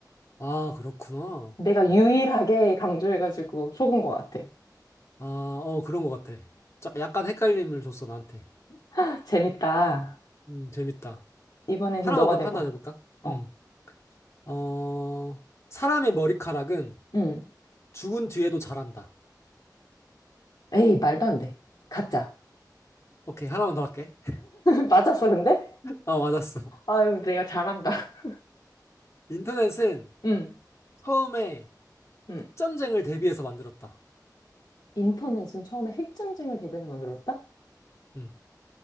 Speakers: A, on the left; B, on the left.
A: 아, 그렇구나.
B: 내가 유일하게 강조해가지고 속은 것 같아.
A: 아, 어, 그런 것 같아. 자, 약간 헷갈림을 줬어, 나한테.
B: <laughs> 재밌다.
A: 음, 재밌다.
B: 이번엔
A: 하나만
B: 그럼 너가
A: 더,
B: 내봐.
A: 하나 더 해볼까?
B: 어,
A: 음. 어, 사람의 머리카락은
B: 응.
A: 죽은 뒤에도 자란다.
B: 에이, 말도 안 돼. 가짜.
A: 오케이, 하나만 더 할게. <laughs>
B: <laughs> 맞았어, 근데?
A: 아, 맞았어.
B: 아유, 내가 잘한다. <laughs>
A: 인터넷은
B: 응,
A: 처음에
B: 응.
A: 핵전쟁을 대비해서 만들었다.
B: 인터넷은 처음에 핵전쟁을 대비해서 만들었다?
A: 음,